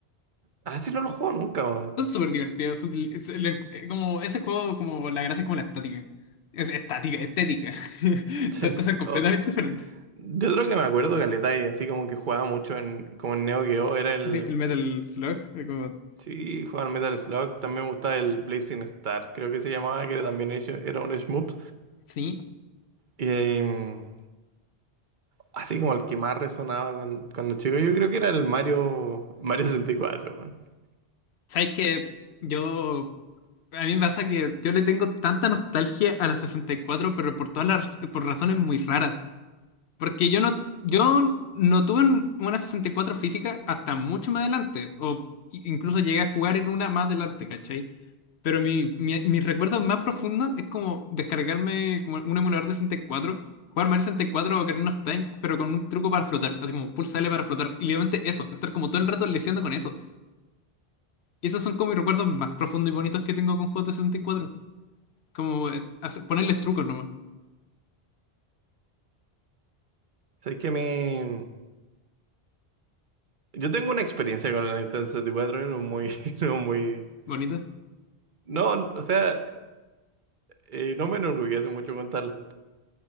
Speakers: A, on the right; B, on the left.
A: Así no lo juego nunca, weón.
B: Son
A: <laughs>
B: súper divertidos. son- es- lo encu- eh, como, ese juego, como la gracia es como la estática. Es estática, estética. <laughs>
A: Sí.
B: Dos cosas completamente
A: O-
B: diferentes.
A: de otro que me acuerdo, caleta, y así como que jugaba mucho en, como en Neo Geo, era el...
B: Sí, el Metal Slug, eh, como,
A: Sí, jugaba al Metal Slug. También me gustaba el Blazing Star, creo que se llamaba, que era también hecho, era un shmup.
B: sí.
A: Y... em, Así como el que más resonaba cuando, cuando chico, yo creo que era el Mario, Mario 64, weón.
B: ¿Sabes que Yo, a mí me pasa que yo le tengo tanta nostalgia a la 64 pero por todas las, por razones muy raras. Porque yo no, yo no tuve un- una 64 física hasta mucho más adelante, o i- incluso llegué a jugar en una más adelante, ¿cachai? Pero mi, mi, mis recuerdos más profundos es como descargarme como un emulador de 64, jugar Mario 64 o Ocarina of Time, pero con un truco para flotar, así como pulsa L para flotar. Y literalmente eso, estar como todo el rato leseando con eso. Y esos son como mis recuerdos más profundos y bonitos que tengo con juegos de 64. Como eh, hacer- ponerles trucos nomás,
A: O sea, es que a mí... Yo tengo una experiencia con la Nintendo 64 y cuatro y no muy... <laughs> No, muy...
B: bonitos.
A: no o sea, eh, no me enorgullece mucho contarlo.